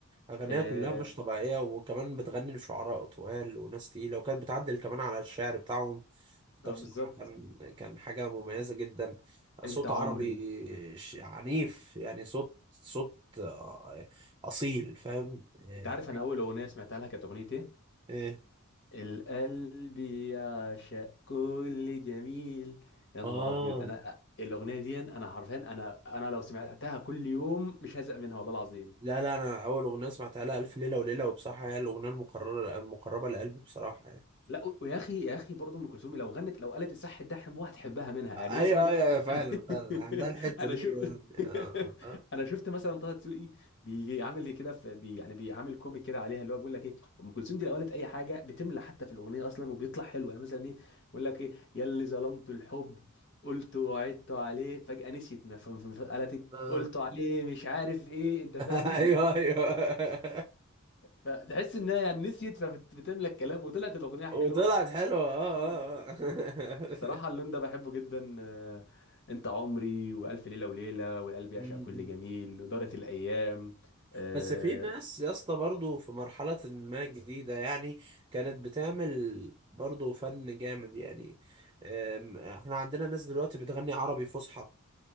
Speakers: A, on the right; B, on the left.
A: أغنية
B: اه
A: كلها مش طبيعية وكمان بتغني لشعراء طوال وناس تقيلة وكانت بتعدل كمان على الشعر بتاعهم فده
B: آه،
A: بصراحة
B: بالظبط
A: كان كان حاجة مميزة جدا صوت
B: انت عمري
A: عربي ش- عنيف يعني صوت صوت آه، أصيل فاهم إيه
B: انت عارف انا اول اغنيه سمعتها لها كانت اغنيه ايه
A: إيه.
B: القلب يعشق كل جميل يا
A: آه
B: نهار ابيض انا الاغنيه دي انا حرفيا انا انا لو سمعتها كل يوم مش هزهق منها والله العظيم
A: لا لا أنا أول أغنية سمعتها لها ألف ليلة وليلة وبصراحة هي الأغنية المقررة المقربة لقلبي بصراحة يعني
B: لا ويا اخي يا اخي برضه ام كلثوم لو غنت لو قالت الصح ده حبوها هتحبها منها يعني
A: أيوه
B: مثلا
A: أيوه أيوة، فعلا
B: <laughs>
A: فعلا عندها الحتة
B: انا
A: دي
B: شو
A: يعني. آه
B: <laughs>
A: آه
B: انا شفت مثلا طه دسوقي بيجي عامل كده في بي يعني بيعمل كوميك كده عليها اللي هو بيقول لك ايه ام كلثوم دي لو قالت اي حاجه بتملى حتى في الاغنيه اصلا وبيطلع حلو يعني مثلا ايه بيقول لك ايه يا اللي ظلمت الحب قلت وعدت عليه فجأة نسيت ما فهم قالت إيه؟
A: آه.
B: قلت عليه مش عارف ايه انت
A: <laughs>
B: فاهم انت
A: ايوه ايوه
B: فتحس انها يعني نسيت فبتملى الكلام وطلعت الاغنيه حلوه
A: وطلعت حلوه اه
B: اه
A: اه
B: بصراحة
A: آه.
B: اللون
A: <laughs>
B: ده بحبه جدا آه، انت عمري والف ليلة وليلة والقلب يعشق
A: م- م.
B: كل جميل ودارت الايام آه،
A: بس في ناس يا اسطى برضه في مرحله ما جديده يعني كانت بتعمل برضه فن جامد يعني آم، احنا عندنا ناس دلوقتي بتغني عربي فصحى